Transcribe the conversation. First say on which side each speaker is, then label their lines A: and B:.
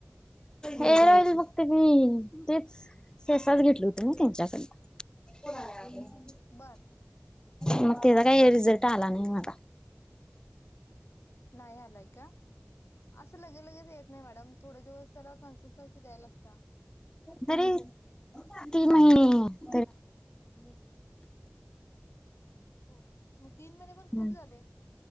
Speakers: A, on the left (about 15°); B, on the left (about 70°).
A: हेअर ऑईल फक्त मी तेच सेसाच घेतल हो नव्ह त्यांच्याकडन. <inaudible>
B: बर.
A: मग त्याचा काही रिझल्ट आला नाही मला.
B: नाही आलाय का? <inaudible> असो लगे लगेच येत नाही मॅडम थोडे दिवस त्याला सांगशील पैसे द्यायला सांग.
A: तरी तीन महिने <unintelligible> <inaudible> <inaudible>
B: हो मग तीन महिने पण खूप
A: हम्
B: झाले.